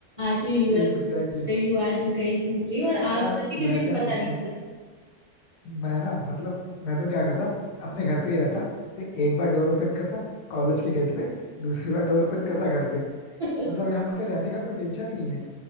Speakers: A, on the right (about 35°); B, on the left (about 85°).
A: आज मैं यूएस
B: Exactly
A: घूम
B: exactly.
A: रही हूँ आज मैं कहीं घूम रही हूँ और
B: पता
A: आप
B: है
A: जाती किसी
B: मैं
A: को
B: क्या
A: पता
B: सोचता
A: नहीं
B: हूँ
A: चलता
B: मैं ना मतलब मैं तो क्या करता अपने घर पे ही रहता फिर एक बार डोर ओपन करता कॉलेज के गेट पे दूसरी बार डोर ओपन करता घर पे
A: <laughs>
B: मतलब यहाँ पे रहने का कोई टेंशन ही नहीं है